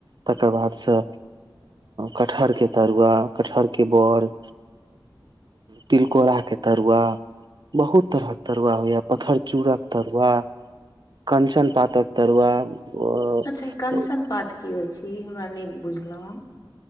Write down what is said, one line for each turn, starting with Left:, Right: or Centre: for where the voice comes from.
Right: तकर बादसँ कटहरके तरुआ कटहरके बोर तिलकोराके तरुआ बहुत तरहक तरुआ होइया पतथर चूड़ाक तरुआ कंचन पातक तरूआ ओ
Left: अच्छा ई कंचन पात की होइ छै हमरा नहि बुझलहुं